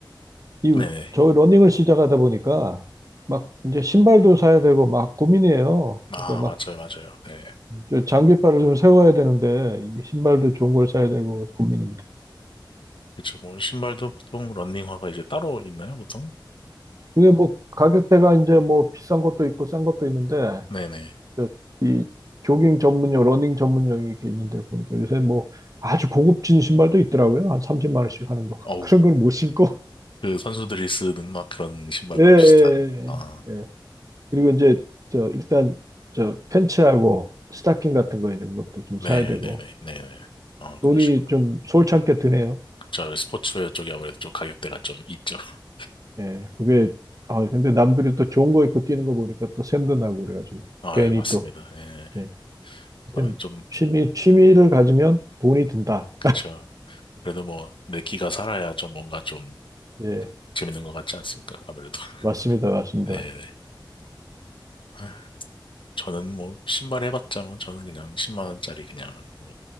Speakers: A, on the right; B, on the left.
A: 이
B: 네네.
A: 저 러닝을 시작하다 보니까 막 이제 신발도 사야 되고 막 고민이에요.
B: 아,
A: 그러니까
B: 맞아요, 맞아요. 예.
A: 막저 장비빨을 좀 세워야 되는데 이 신발도 좋은 걸 사야 되고 고민입니다.
B: 그쵸, 뭐, 신발도 보통 런닝화가 이제 따로 있나요, 보통?
A: 이게 뭐 가격대가 이제 뭐 비싼 것도 있고 싼 것도 있는데
B: 네네.
A: 그러니까 이 조깅 전문용, 러닝 전문용이 이렇게 있는데 보니까 요새 뭐 아주 고급진 신발도 있더라고요. 한 30만 원씩 하는 거.
B: 어우,
A: <laughs> 그런 걸 못 신고.
B: 그 선수들이 쓰는 막 그런 신발과
A: <laughs> 예, 예,
B: 비슷한, 아.
A: 예. 예. 그리고 이제 저 일단 저 팬츠하고 스타킹 같은 거 이런 것도 좀
B: 네네네,
A: 사야 되고
B: 네네. 아,
A: 돈이
B: 그러시구나.
A: 좀 솔찬게 드네요.
B: 자, 왜 스포츠웨어 쪽이 아무래도 좀 가격대가 좀 있죠. <laughs>
A: 예, 그게 아 근데 남들이 또 좋은 거 입고 뛰는 거 보니까 또 샘도 나고 그래가지고
B: 아,
A: 괜히
B: 예, 맞습니다.
A: 또
B: 예.
A: 예. 하여튼
B: 다음에 좀,
A: 취미 취미를 가지면 돈이 든다.
B: 그쵸. 그래도 뭐, 내 키가 살아야 좀 뭔가 좀
A: 예,
B: 재밌는 것 같지 않습니까? 아무래도. <laughs>
A: 맞습니다, 맞습니다.
B: 네네. 아, 저는 뭐, 신발 해봤자 뭐, 저는 그냥 10만 원짜리 그냥, 뭐,